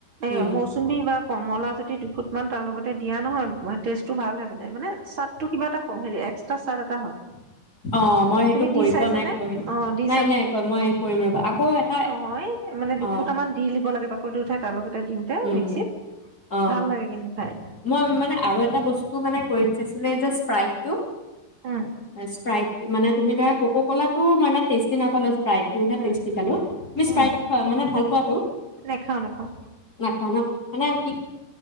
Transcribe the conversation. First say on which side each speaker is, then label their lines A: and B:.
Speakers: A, on the right (about 30°); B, on the left (about 25°).
A: এ
B: উম
A: মৌচুমী বা কমলা যদি দুফুট মান তাৰ লগত দিয়া নহয় মানে <unintelligible> টেষ্ট টো ভাল হয় মানে, মানে চাত টো কিবা এটা হেৰি এক্সট্ৰা চাত এটা হয়।
B: অ' মই হেইটো
A: তুমি দি
B: কৰি
A: চাইছানে
B: পোৱা নাই, কৰিম।
A: অ দি
B: নাই নাই <unintelligible> মই কৰিম ৰ'বা, আকৌ এটা
A: হয়, মানে
B: অ
A: দুফুটা মান দি দিব লাগে বাকলি টো উঠাই তাৰলগতে দিওঁতে
B: উম
A: মিক্সিত,
B: অ
A: ভাল লাগে কিন্তু। <unintelligible>
B: মই মানে আৰু এটা বস্তু মানে কৰি চাইছিলোঁ, এ যে <unintelligible> টো।
A: উম
B: স্প্ৰাইট, মানে তুমি তাৰ কোকা-ক'লা টো মানে টেষ্টি নাপালোঁ যে স্প্ৰাইট টো হে
A: উম
B: টেষ্টি পালোঁ, তুমি
A: উম,
B: স্প্ৰাইট খোৱা মানে ভাল পোৱা টো?
A: নাখাও নাখাও।
B: নাই খোৱা ন মানে